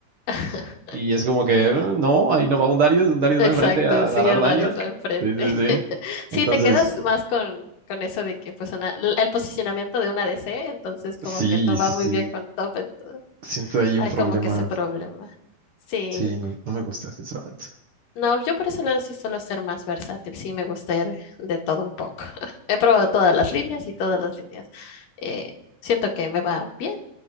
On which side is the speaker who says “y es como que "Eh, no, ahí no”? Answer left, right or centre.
Right